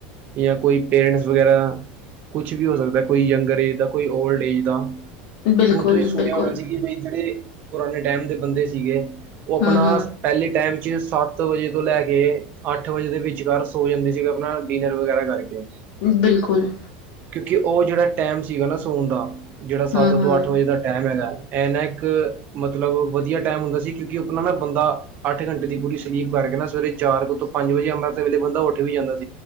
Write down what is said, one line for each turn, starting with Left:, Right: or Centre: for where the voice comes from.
Right: ਯਾ ਕੋਈ ਪੇਰੇੰਟਸ ਵਗੈਰਾ ਕੁਛ ਵੀ ਹੋ ਸਕਦੈ। ਕੋਈ ਯੰਗਰ ਏਜ ਦਾ ਕੋਈ ਓਲਡ ਏਜ ਦਾ।
Left: ਬਿਲਕੁਲ-ਬਿਲਕੁਲ
Right: ਹੁਣ ਤੁਸੀਂ ਸੁਣਿਆ ਹੋਣਾ ਸੀ ਕਿ ਬਈ ਜੇੜੇ ਪੁਰਾਣੇ ਟੈਮ ਦੇ ਬੰਦੇ ਸੀਗੇ ਓਹ
Left: ਹਮ-ਹਮ
Right: ਅਪਣਾ ਪੈਲੇ ਟਾਈਮ 'ਚ ਸੱਤ ਵਜੇ ਤੋਂ ਲੈ ਕੇ ਅੱਠ ਵਜੇ ਦੇ ਵਿਚਕਾਰ ਸੋ ਜਾਂਦੇ ਸੀਗੇ ਅਪਣਾ ਡਿਨਰ ਵਗੈਰਾ ਕਰਕੇ।
Left: ਬਿਲਕੁਲ।
Right: ਕਿਉਂਕਿ ਔ ਜੇੜਾ ਟੈਮ ਸੀਗਾ ਨਾ ਸੋਣ ਦਾ ਜੇੜਾ ਸੱਤ
Left: ਹੂੰ-ਹੂੰ,
Right: ਤੋਂ ਅੱਠ ਵਜੇ ਦਾ ਟੈਮ ਹੈਗੈ। ਐਨਾ ਏਕ ਮਤਲਬ ਵਧੀਆ ਟੈਮ ਹੁੰਦਾ ਸੀ, ਕਿਉਂਕਿ ਓਹ ਅਪਣਾਂ ਨਾ ਬੰਦਾ ਅੱਠ ਘੰਟੇ ਦੀ ਪੂਰੀ ਸਲੀਪ ਕਰਕੇ ਨਾ ਸਵੇਰੇ ਚਾਰ ਕੋ ਤੋਂ ਪੰਜ ਵਜੇ ਅੰਮ੍ਰਿਤ ਵੇਲੇ ਬੰਦਾ ਓਠ ਵੀ ਜਾਂਦਾ ਸੀ।